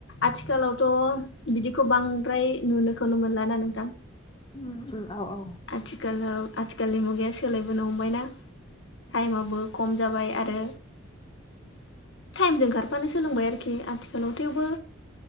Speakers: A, on the left; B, on the left.
A: आथिखालावथ' बिदिखौ बां प्राय नुनोखौनो मोनला ना नोंथां
B: ओम ओम औ औ
A: आथिखालाव आथिखालनि मुगाया सोलायबोनो हमबायना टाइमाबो कम जाबाय आरो थाइमजों खारफानो सोलोंबाय आरोखि आथि लोंथायावबो